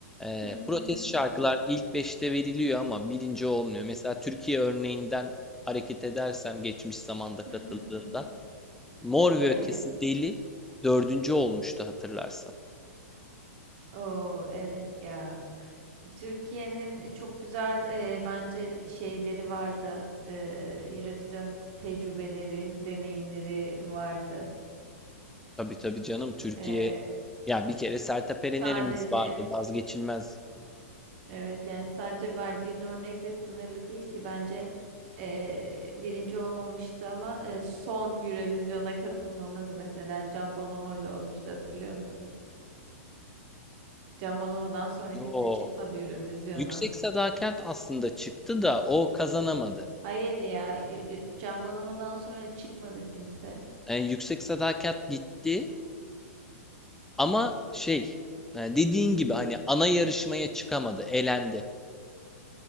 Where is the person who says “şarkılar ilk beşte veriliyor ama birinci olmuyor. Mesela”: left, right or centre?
Centre